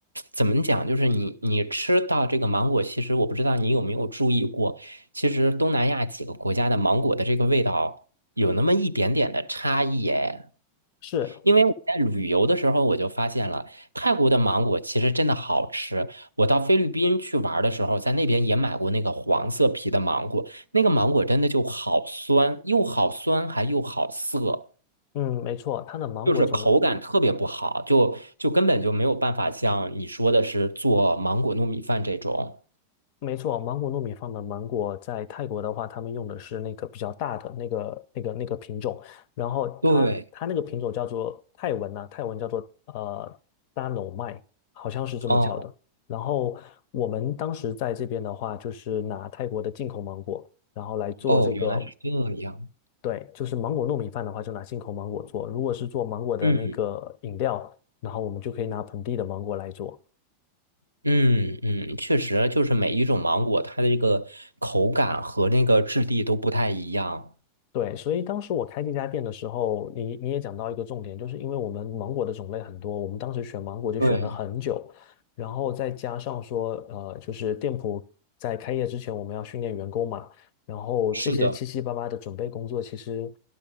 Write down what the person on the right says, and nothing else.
怎么讲？就是你你吃到这个芒果，其实我不知道你有没有注意过，其实东南亚几个国家的芒果的这个味道有那么一点点的差异哎。
因为我在旅游的时候我就发现了，泰国的芒果其实真的好吃。我到菲律宾去玩儿的时候，在那边也买过那个黄色皮的芒果，那个芒果真的就好酸，又好酸还又好涩。
就是口感特别不好，就就根本就没有办法像你说的是做芒果糯米饭这种。
对，
哦
哦，原来是这样。
嗯
嗯嗯，确实，就是每一种芒果，它的这个口感和那个质地都不太一样。
对，
是的，